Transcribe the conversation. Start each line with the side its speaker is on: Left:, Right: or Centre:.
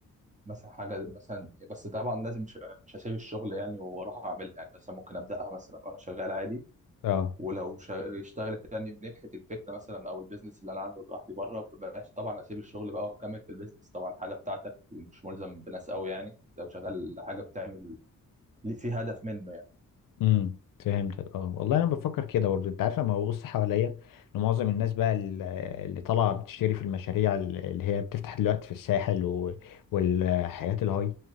Right: مثلا حاجة مثلا بس طبعا لازم مش, مش هسيب الشغل يعني واروح اعملها يعني مثلا ممكن ابدأها مثلا وانا شغال عادي
Left: اه
Right: ولو شا- اشتغلت يعني ونجحت الفكره مثلا او البيزنس اللي انا عامله لوحدي بره مبقاش طبعا اسيب الشغل بقى واكمل في البيزنس طبعا حاجه بتاعتك ومش ملزم بناس قوي يعني لو شغال حاجه بتعمل اللي فيه هدف منه يعني
Left: امم فهمتك اه والله انا بفكر كده برضه انت عارف لما ببص حواليا لمعظم الناس بقى ال- اللي طالعه بتشتري في المشاريع ال- اللي هي بتفتح دلوقتي في الساحل و- والحياه الهاي